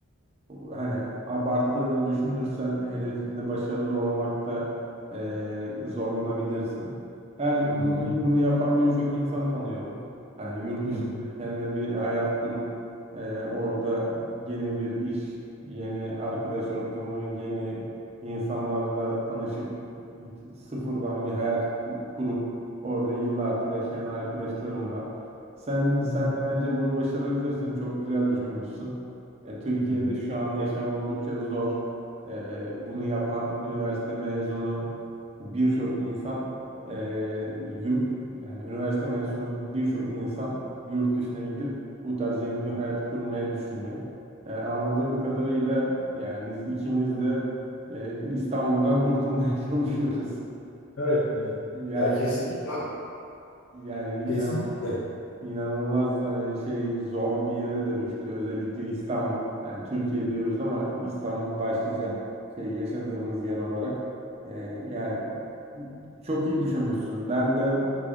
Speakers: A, on the right; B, on the left.
A: e, hani abarttığını düşünürsen hedefinde başarılı olmakta e, zorlanabilirsin. Her
B: Hı hı.
A: bunu bunu yapan birçok insan tanıyorum. Hani yurt dışında
B: Hı hı.
A: kendine bir hayat kurup e, orada yeni bir iş. Yeni arkadaş ortamı, yeni insanlarla tanışıp sıfırdan bir hayat ku- kurup orada yıllardır yaşayan arkadaşlarım var. Sen sen
B: Hı hı.
A: de bence bunu başarabilirsin. Çok güzel düşünmüşsün. E, Türkiye'de
B: Hı hı.
A: şu an yaşam oldukça zor. E, e, bunu yapan üniversite mezunu birçok insan e, yurt yani üniversite mezunu birçok insan yurt dışına gidip bu tarz yeni bir hayat kurmaya düşünüyor. E, anladığım kadarıyla yani biz ikimiz de e, İstanbul'dan kurtulmaya <laughs> çalışıyoruz.
B: Evet, evet.
A: Yani
B: Ya kesinlikle.
A: yani inan,
B: Kesinlikle.
A: inanılmaz hani şey zor bir yere dönüştü özellikle İstanbul. Yani Türkiye diyoruz ama İstanbul başlıca şey yaşadığımız yer olarak. E, yani çok iyi düşünmüşsün. Ben de